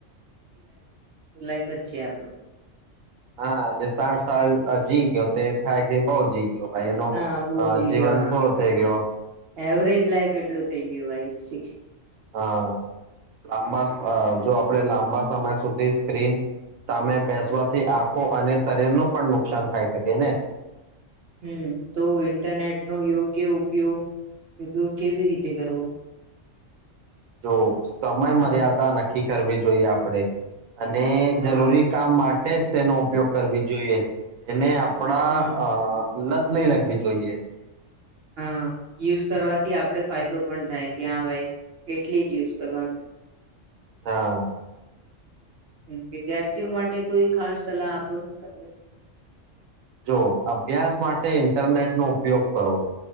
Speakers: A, on the right; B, on the right.
A: લાઈફ જ છે આપણે
B: હા જે સાઠ સાળ જી ગયો તે થાય કે બઉ જી ભાઈ એનું
A: હા બહુ જી
B: જીવન
A: ગયો હા
B: પૂરુ થઈ ગયો.
A: એવરેજ લાઈફ એટલું થઈ ગયું ભાઈ સિક્સ
B: હા લાંબા સ- અ જો આપણે લાંબા સમય સુધી સ્ક્રીન સામે બેસવાથી આંખો અને શરીરનું પણ નુકસાન થાય શકે ને
A: હમ તો ઇન્ટરનેટ નો યોગ્ય ઉપયોગ ઉપયોગ કેવી રીતે કરવો
B: જો સમય
A: તમારા
B: મર્યાદા નક્કી કરવી જોઈએ આપણે અને
A: હા
B: જરૂરી કામ માટે જ તેનો ઉપયોગ કરવી જોઈએ એને આપણા
A: હમ
B: અ લત નહી લગવી જોઈએ
A: હા યુઝ કરવાથી આપડે ફાયદો પણ થાય કે હા ભાઈ એટલી જ યુઝ કરવાનું
B: હા
A: હમ, વિદ્યાર્થીઓ માટે કોઈ ખાસ સલાહ આપો તમને
B: જો અભ્યાસ માટે ઇન્ટરનેટ નો ઉપયોગ કરો